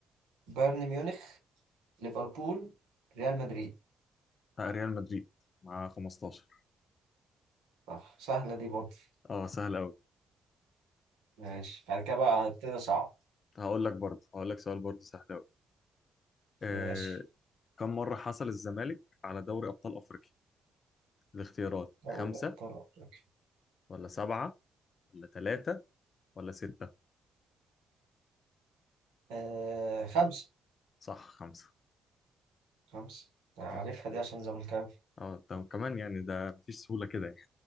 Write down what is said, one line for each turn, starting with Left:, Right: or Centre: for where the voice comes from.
Right: بايرن ميونخ ليفربول ريال مدريد
Left: آه، ريال مدريد مع 15
Right: صح سهلة دي برضو
Left: اه سهل قوي
Right: ماشي بعد كده بقى هبتدي صعب
Left: هقول لك برضه هقول لك سؤال برضه سهل قوي آه
Right: ماشي
Left: كم مرة حصل الزمالك على دوري أبطال أفريقيا الاختيارات
Right: دوري
Left: خمسة
Right: أبطال أفريقيا
Left: ولا سبعة ولا ثلاثة ولا ستة
Right: آه خمسة
Left: صح خمسة
Right: خمسة أنا عارفها
Left: اه
Right: دي عشان زملكاوي
Left: اه طب كمان يعني ده مفيش سهولة كده يعني